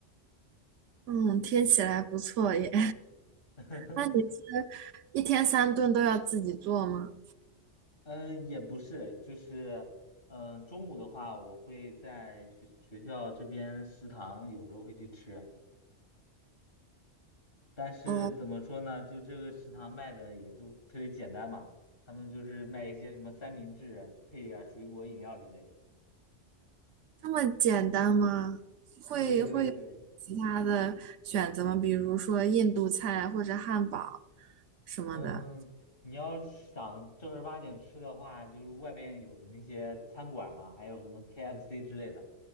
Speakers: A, on the right (about 85°); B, on the left (about 50°).
A: 嗯，听起来不错耶。
B: <laughs>
A: 那你一天三顿都要自己做吗？
B: 嗯，也不是，就是，嗯，中午的话，我会在学学校这边食堂有时候会去吃，但是怎么说呢，
A: 哦，
B: 就这个食堂卖的也都特别简单嘛，他们就是卖一些什么三明治啊，配点儿水果饮料之类的。
A: 这么简单吗？会会有其他的选择吗？
B: 对对对。
A: 比如说印度菜或者汉堡什么的。
B: 嗯，你要是想正儿八经吃的话，就是外面有那些餐馆嘛，还有什么 KFC 之类的。